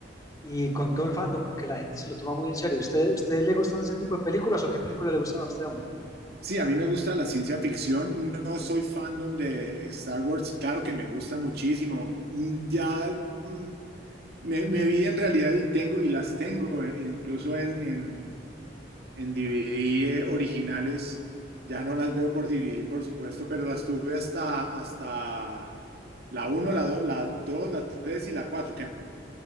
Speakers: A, on the left (about 20°); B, on the right (about 60°).
A: y con todo el fandom, porque la gente se lo toma muy en serio. ¿Usted, ¿Ustedes le gustan ese tipo de películas o qué película le gustan a usted, hombre?
B: Sí, a mí me gusta la ciencia ficción, no soy fandom de Star Wars, claro que me gusta muchísimo. Mm, Ya mm, me, me vi en realidad y tengo, y las tengo, eh, incluso en, en, en DVD eh, originales. Ya no las veo por DVD, por supuesto, pero las tuve hasta, hasta la uno la dos la dos la 3 y la cuatro que